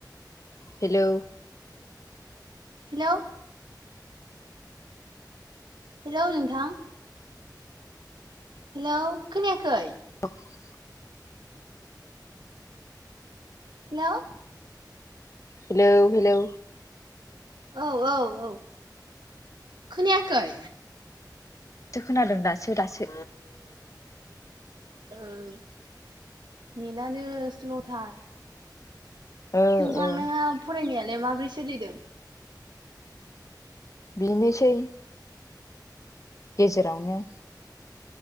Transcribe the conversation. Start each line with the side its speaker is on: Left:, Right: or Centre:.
Left: हेलौ
Right: हिलौ हेलौ नोंथां हेलौ खोनायाखै?
Left: <inaudible>
Right: हेलौ
Left: हेलौ हेलौ
Right: औ औ औ खोनायाखै?
Left: दासो खोनादों दासो दासो।
Right: औ नेटानो स्ल'थार।
Left: ओ
Right: नोंथां
Left: ओ
Right: नोङा फरायनायालाय माबोरै सोलिदों?
Left: बेनोसै। गेजेरावनो।